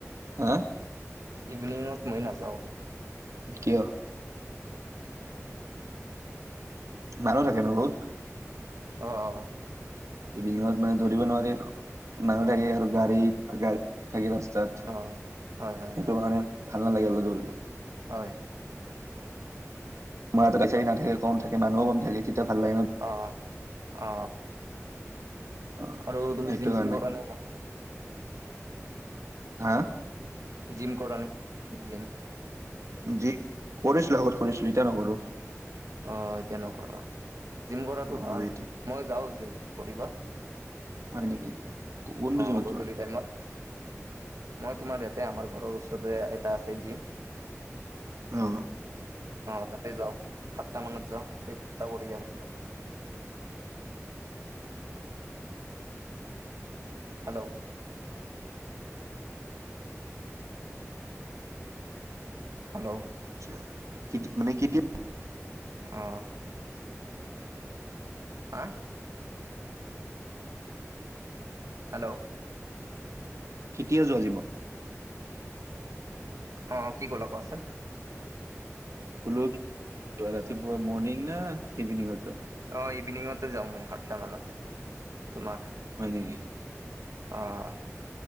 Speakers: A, on the right; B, on the right.
A: হা?
B: ইভিনিঙত মই নাযাওঁ।
A: কিয়? মানুহ থাকে ন বহুত।
B: অ', অ।
A: ইভিনিঙত মানে দৌৰিব নোৱাৰি আৰু, মানুহ
B: অ',
A: থাকে আৰু গাড়ীত
B: অ',
A: গাড়ী থাকি ৰাস্তাত,
B: অ'। হয়, হয়,
A: সেইটো
B: হয়,
A: কাৰণে ভাল নালাগে মানে দৌৰিব।
B: হয়।
A: মই আহোঁতে গাড়ী-চাৰি নাথাকে, কম থাকে, মানুহো কম থাকে। তেতিয়া ভাল লাগে ন
B: অ অ অ
A: অ
B: আৰু তুমি
A: সেইটো
B: জিম
A: কাৰণে
B: চিম কৰা ন মই
A: হা
B: জিম কৰা নাই জিম
A: যি কৰিছিলো আগত কৰিছিলো ইতিয়া নকৰো
B: অঁ তেনেকুৱা জিম কৰাটো
A: নকৰো
B: ভাল
A: এতিয়া
B: মই যাও জিম কৰিবা
A: হয় নেকি কোনটো
B: অ
A: জিমত
B: গধূলি
A: যোৱা
B: টাইমত মই তোমাৰ ইয়াতে আমাৰ ঘৰৰ ওচৰতে এটা আছে জিম
A: অ
B: অ তাতে যাওঁ সাতটা মানত যাওঁ এক ঘন্টা কৰি যাওঁ হেল্ল' হেল্ল'
A: আা মানে কেতিয়া
B: অ হা হেল্ল'।
A: কেতিয়া যোৱা জীমত?
B: অ' কি ক'লা কোৱাচোন?
A: কলোঁ ৰাতিপুৱা মৰ্নিং না ইভেনিঙত যোৱা?
B: অ' ইভিনিঙতে যাওঁ মই সাতটামানত তোমাৰ।
A: হয় নেকি?
B: অ'।